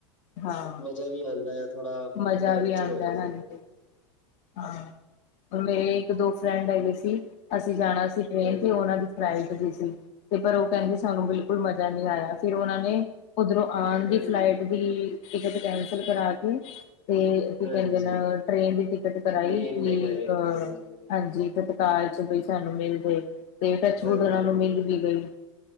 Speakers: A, on the left (about 40°); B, on the left (about 75°).
A: ਹਾਂ।
B: ਮਜ਼ਾ ਵੀ ਆਂਦਾ, ਥੋੜਾ
A: ਮਜ਼ਾ
B: ਮਨੋਰੰਜਨ
A: ਵੀ ਆਉਂਦਾ
B: ਹੋ ਜਾਂਦਾ
A: ਹਾਂਜੀ
B: ਐ।
A: ਹਾਂ, ਮੇਰੇ
B: ਹੈ
A: ਇੱਕ ਦੋ ਫਰੈਂਡ ਹੈਗੇ ਸੀ, ਅਸੀਂ ਜਾਣਾ ਸੀ ਟ੍ਰੇਨ
B: ਹਾਂਜੀ
A: ਤੇ ਉਹਨਾਂ ਦੀ ਫਲਾਈਟ ਦੀ ਸੀ, ਤੇ ਪਰ ਉਹ ਕਹਿੰਦੇ ਸਾਨੂੰ ਬਿਲਕੁਲ ਮਜ਼ਾ ਨਹੀਂ ਆਇਆ, ਫਿਰ ਉਹਨਾਂ ਨੇ ਉਧਰੋਂ ਆਣ ਦੀ
B: ਹਾਂਜੀ
A: ਫਲਾਈਟ ਦੀ ਟਿਕਟ ਕੈਂਸਲ ਕਰਾ ਕੇ ਤੇ ਕੀ
B: ਹਾਂਜੀ
A: ਕਹਿੰਦੇ ਨਾ ਟ੍ਰੇਨ ਦੀ ਟਿਕਟ ਕਰਾਈ,
B: ਟ੍ਰੇਨ
A: ਕਿ
B: ਤੇ ਗਏ
A: ਅ
B: ਹਾਂਜੀ
A: ਹਾਂਜੀ ਤਤਕਾਲ ਚ ਬਈ ਸਾਨੂੰ ਮਿਲਦੇ, ਤੇ ਟੱਚਵੁਡ
B: ਹਾਂਜੀ
A: ਉਹਨਾਂ ਨੂੰ ਮਿਲ ਵੀ ਗਈ।